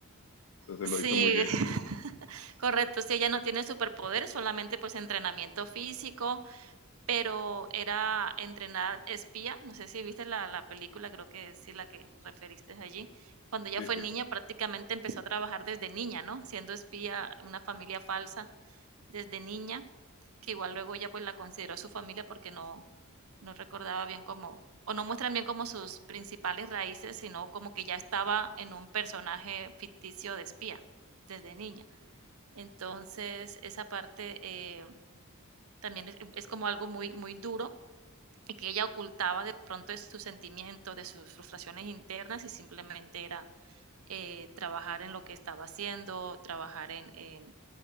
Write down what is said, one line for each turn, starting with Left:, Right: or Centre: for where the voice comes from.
Left: entonces
Right: sí,
Left: lo hizo muy bien.
Right: <laughs> correcto. si ella no tiene superpoderes, solamente, pues, entrenamiento físico, pero era entrenada espía, no sé si viste la, la película, creo que sí la que referiste allí, cuando ella
Left: Sí,
Right: fue
Left: sí,
Right: niña prácticamente empezó a trabajar desde niña, ¿no? Siendo espía, una familia falsa desde niña, que igual luego ella pues la consideró su familia porque no, no recordaba bien cómo, o no muestran bien como sus principales raíces, sino como que ya estaba en un personaje ficticio de espía desde niña. Entonces, esa parte eh, también es, es como algo muy, muy duro y que ella ocultaba de pronto de sus sentimientos, de sus frustraciones internas y simplemente era eh, trabajar en lo que estaba haciendo, trabajar en, en,